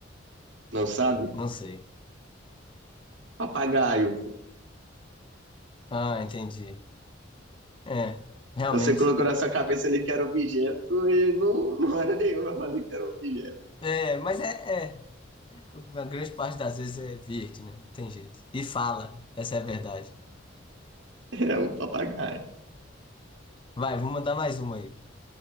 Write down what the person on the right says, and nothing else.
Não sabe?
Papagaio. pô.
Você colocou na sua cabeça ali que era objeto e não, não era nenhuma. Eu falei que era objeto.
<laughs> É um papagaio.